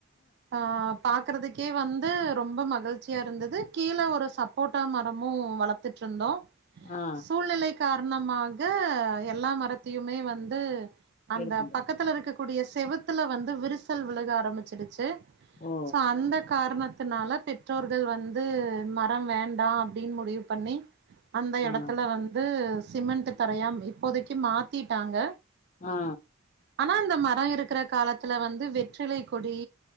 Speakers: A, on the right (about 50°); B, on the left (about 35°).
A: ஆ பாக்றதுக்கே வந்து ரொம்ப மகிழ்ச்சியா இருந்தது கீழே ஒரு சப்போர்ட்டா மரமு வளத் ட்டு இருந்தோ
B: ஆ
A: சூழ்நிலை காரணமாக எல்லா மரத்தையுமே வந் து அந்த
B: எடுக்கும்போது
A: பக்கத்துல இருக்கக்கூடிய செவுத்துல வந்து விரிசல் விழுக ஆரம்பிச்சிடுச் சு
B: ஓ
A: சோ அந்த காரணத் னால பெற்றோர்கள் வந்து மரம் வேண்டா அப்டின் முடிவு பண்ணி அந்த எடத்துல
B: ஆ
A: வந்து சிமெண்ட் தரையா இப்போதைக்கு மாத் திட்டாங்க
B: ஆ
A: ஆனா அந்த மரோ இருக்ற காலத்துல வந்து வெற்றிலை கொடி